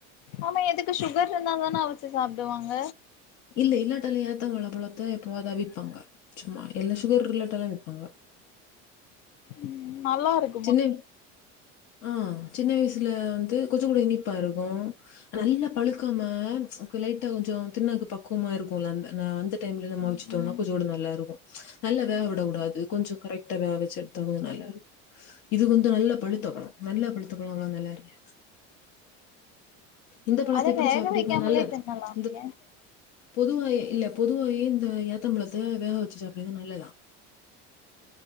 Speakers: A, on the left (about 75°); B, on the left (about 55°).
A: ஆமா எதுக்கு சுகர் இருந்தா தான அவிச்சு சாப்டுவாங்க
B: இல்ல இல்லாட்டாலா ஏத்தங் பழத்த எப்பயாவுது அத அவிப்பாங்க சும்மா எல்லாம் சுகர் இல்லாட்டாலா அவிப்பாங்க
A: ம் நல்லா இருக்
B: சின்ன ஆ‌ சின்ன வயசுல வந்து கொஞ்சோ கூட இனிப்பா இருக்கு நல்லா பழுக்காம லைட்டா கொஞ்சோ தின்னாக்கு பக்குவமா இருக்குல்ல அ அந்த டைம்ல நம்ம
A: ம்
B: அவுச்சுட்டோம்னா
A: ம்
B: கொஞ்சோட நல்லா இருக்கு நல்லா வேக விட கூடாது கொஞ்சொ கரெக்டா வேக வச்சு எடுத்தா கொஞ்சொ நல்லா இருக்கு இது வந்து நல்ல பழுத்த பழோ நல்ல பழுத்த பழோ அவ்வளாவா நல்லால்லையா இந்த பழத்த
A: அத
B: இப்டி
A: வேக
B: சாப்பிடதா
A: வைக்காமலே
B: நல்லது
A: தின்னலாமே
B: இந்த பொதுவாயே இல்ல பொதுவாயே இந்த ஏத்தம்பழத்த வேக வச்சு சாப்ட்றது நல்லதா